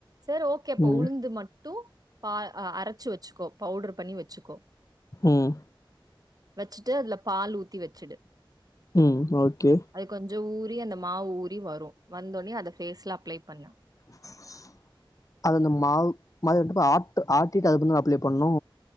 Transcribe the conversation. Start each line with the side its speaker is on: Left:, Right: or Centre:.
Right: சரி ஓகே அப்ப
Left: ம்
Right: உளுந்து மட்டும் பா அரச்சு வச்சுகோ பவுடர் பண்ணி வச் சுக்கோ
Left: ம்
Right: வச்ட்டு அதுல பால் ஊத்தி வச்சுடு
Left: ம் ஓகே
Right: அது கொஞ்சோ ஊறி அந்த மாவு ஊறி வரும் வந்தோனே அத ஃபேஸ்ல அப்ளே பண்ணு
Left: <inaudible> அது அந்த மாவு மாரிருக்கப்ப ஆட் ஆட்டிட்டு அதுந்து அப்ளை பண்ணு